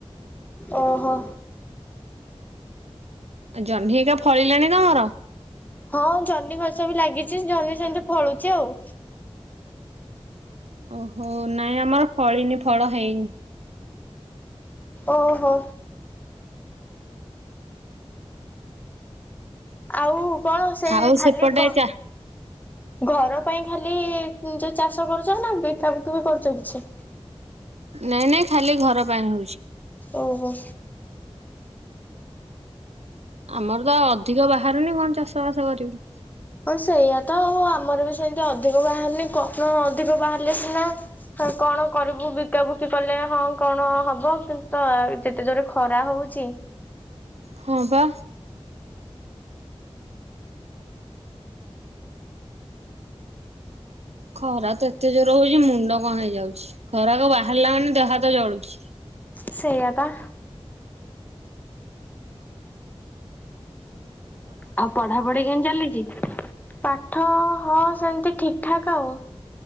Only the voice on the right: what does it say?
ଜହ୍ନି ହେକା ଫଳିଲାଣି ତମର?
ଓହୋ ନାଇଁ ଆମର ଫଳିନି ଫଳ ହେଇନି।
ଆଉ
ସେପଟେ
ଚା
ନାଇଁ ନାଇଁ ଖାଲି ଘର ପାଇଁ ହଉଚି।
ଆମର ତ ଅଧିକ ବାହାରୁନି କଣ ଚାଷ ବାସ କରିବୁ।
ହଁ ପା। ଖରା ତ ଏତେ ଜୋର ହଉଛି ମୁଣ୍ଡ କଣ ହେଇଯାଉଚି ଖରାକୁ ବାହାରିଲା ମାନେ ଦେହ ହାତ ଜଳୁଚି।